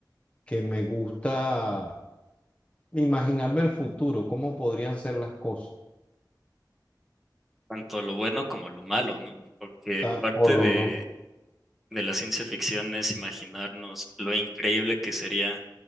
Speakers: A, on the left; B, in the centre.
A: que me gusta imaginarme el futuro, cómo podrían ser las cosas.
B: Tanto lo bueno como lo malo, ¿no? Porque
A: Ah,
B: parte
A: O los
B: de,
A: dos.
B: de la ciencia ficción es imaginarnos lo increíble que sería